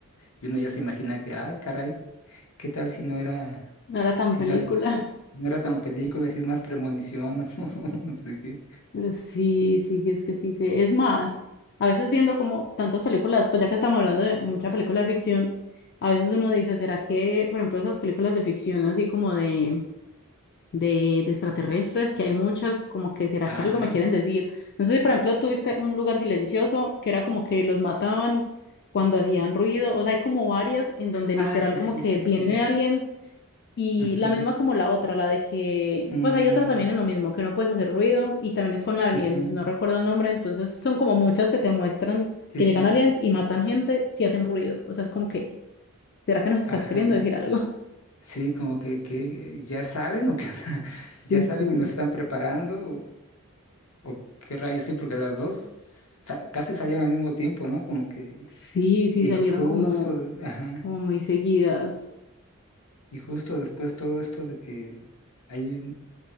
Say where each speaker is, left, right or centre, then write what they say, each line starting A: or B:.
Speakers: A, on the left; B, on the left.
A: Y uno ya se imagina que, ay, caray, ¿qué tal si no era,
B: No era tan
A: si
B: película,
A: era, si
B: <laughs>
A: no era tan película, si es más premonición, <laughs> no sé qué.
B: pero sí, sí, sí, es que sí, sí. Es más, a veces viendo como tantas películas, pues ya que estamos hablando de mucha película de ficción, a veces uno dice, ¿será que, por ejemplo, esas películas de ficción así como de de, de extraterrestres, que hay muchas, como que será
A: Ah,
B: que algo me quieren decir. No sé si, por ejemplo, tuviste un lugar silencioso que era como que los mataban cuando hacían ruido, o sea, hay como varias en donde
A: ah,
B: literal
A: sí,
B: como
A: sí,
B: que
A: sí,
B: vienen
A: sí.
B: aliens y
A: Ujú.
B: la misma como la otra, la de que,
A: Mm,
B: pues hay otra también en lo mismo, que no puedes hacer ruido y también es con la aliens,
A: ujú.
B: no recuerdo el nombre, entonces son como muchas que te muestran
A: Sí,
B: que
A: sí.
B: llegan aliens y
A: sí.
B: matan
A: sí.
B: gente si hacen ruido, o sea, es como que, ¿será que nos estás
A: Ajá.
B: queriendo decir algo?
A: Sí, como que, que ya saben o que <laughs>
B: Sí,
A: ya
B: sí.
A: saben y nos están preparando o, o qué rayos, sí, porque las dos sa- casi salían al mismo tiempo, ¿no? Como que
B: Sí, sí,
A: y
B: salieron
A: justo,
B: como,
A: de- ajá,
B: como muy seguidas.
A: y justo después todo esto de que hay